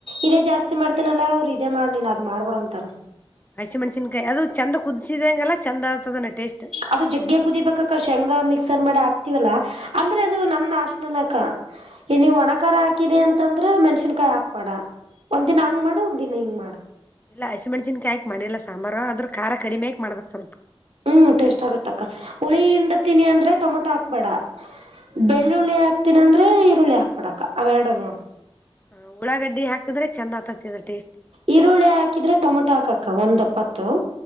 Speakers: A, on the right; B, on the left.
A: ಇದೇ ಜಾಸ್ತಿ ಮಾಡ್ತೇನಲ್ಲ ಅವ್ರು ಇದೇ ಮಾಡಿ ನೀನ್ ಅದ್ ಮಾಡ್ಬೋಂತ ತ್ತ <unintelligible>
B: ಹಚ್ಚಿ ಮಣಸನ್ಕಾಯಿ ಅದು ಚಂದ ಕುದಿಸಿದಂಗಲ್ಲ ಚಂದ ಆಗ್ತದನ ಟೇಸ್ಟ್
A: ಅದು ಜಗ್ಗೆ ಕುದಿಬೇಕಕ್ಕ ಶಂಗ ಮಿಕ್ ರ್ ಮಾಡಿ ಆಕ್ತವಲ್ಲಾ ಅಂದ್ರೆ ಅದು ನಮ್ದಾಶನಕ ಇ
B: ಹ್ಮ್
A: ಒಣಕಾರರ ಹಾಕಿದೆ ಅಂತಂದ ಅದ್ರೆಣಸನ್ಕಾಯಿ ಹಾಕ್ಬೇಡ ಒಂದ್ ದಿನ
B: ಹ್ಮ್
A: ಹಂಗ್ ಮಾಡು ಒಂದ್ ದಿನ ಹಿಂಗ್ ಮಾಡು
B: ಇಲ್ಲ ಹಸಿ ಮೆಣ್ಸನ್ಕಾಯಾಕ್ ಮಾಡಿಲ್ಲ ಸಾ ಅಂಬಾರ ಅದ್ರ ಖಾರ ಕಡಿಮೆಕ್ ಮಾಡ್ಬೇಕಕ್ ಸ್ವಲ್ಪ
A: ಹ್ಮ್ ಟೇಸ್ಟ್ ಆಗತಕ್ಕ ಹುಳಿ ಹಿಂಡತೀನಿ ಅಂದ್ರೆ ಟೊಮೊಟೊ ಹಾಕ್ಬೇಡ
B: ಹ್ಮ್
A: ಬೆಳ್ಳುಳ್ಳಿ ಹಾಕ್ತನಂದ್ರೆ ಈರುಳ್ಳಿ ಹಾಕ್ಬಿಡಕ್ಕ ಅವೆರಡು ನೋಡು
B: ಹ ಉಳಾಗಡ್ಡಿ ಹಾಕಿದ್ರ ಚಂದ ಆತತಿ ಅದ್ರ ಟೇಸ್ಟ್
A: ಈರುಳ್ಳಿ ಹಾಕಿದ್ರೆ ಟೊಮೊಟೊ ಹಾಕಕ್ಕ ಒಂದ್ಪ್ಪತ್ತು